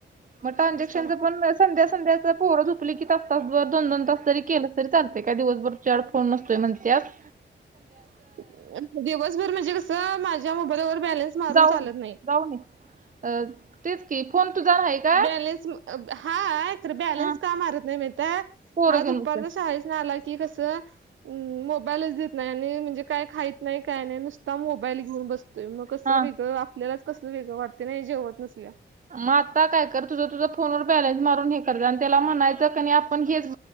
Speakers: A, on the right; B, on the right.
A: म ट्रानझॅशनचं
B: चालते.
A: पण <unintelligible> संध्या संध्याचं पोरं झोपली की तास तासर दोन दोन तास तरी केलं तरी चालतय का दिवस भर फोन नसतोय म्हणतीयास
B: <inaudible> दिवसभर म्हणजे कस माझ्या मोबाईलवर बॅलेंन्स मारून
A: जाऊन
B: चालत नाही.
A: जाऊन ये अ तेच की फोन तुझा नाही काय?
B: बॅलन्स हाय. तर बॅलेंन्स
A: हा
B: का मारत नाही माहिते.
A: पोरं
B: हा दुपारचा
A: घेऊन बसत्यात
B: शाळेतनं आला की ते कसं? हम् मोबाईलच देत नाही आणि म्हणजे काय खाइत नाही काय नाही नुसता मोबाईल घेऊन बसतो. त मग कसं
A: हा.
B: वेगळं आपल्यालाच कसं वेगळं वाटत ना हे जेवत नाय.
A: मग आता काय कर तुझं तुझं फोनवर बॅलेंन्स मारून हे करायचं आणि त्याला म्हणायचं कनाय आपण हेच